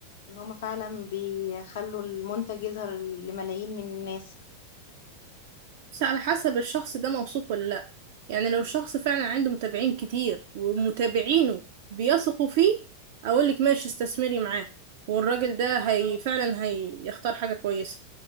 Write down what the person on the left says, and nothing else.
ان هما فعلا بيخلوا المنتج يظهر لملايين من الناس